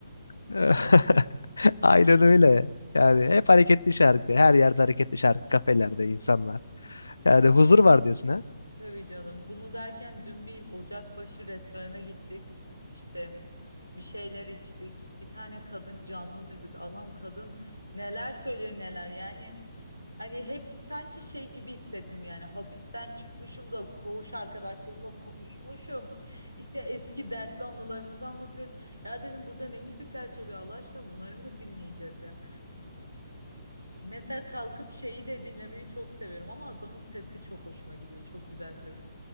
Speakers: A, on the left (about 70°); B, on the right (about 85°).
A: <laughs> Aynen öyle. Yani hep hareketli şarkı. Her yerde hareketli şarkı. Kafelerde insanlar. Yani huzur var diyorsun ha?
B: Tabii canım. Bunu derken dün bir Ocakbaşı restorana gittik. İşte bir şeyler içtik. Bir tane kadın canlı müzik. Allah'ım kadın neler söylüyor neler. Yani hani hep sanki şey gibi hissettim yani hapisten çıkmışım da koğuş arkadaşlarımla buluşmuşum. İşte eski dertli anılarımızı anlatıyoruz. Ya dedim burada ne müzikler çalıyor Allah aşkına bunları mı dinleyeceğiz ya? Mesela kalkıp şeyi de dinlemeyi çok seviyorum ama adamın sesi çok hoşuma gidiyor. Çok güzel söylüyor.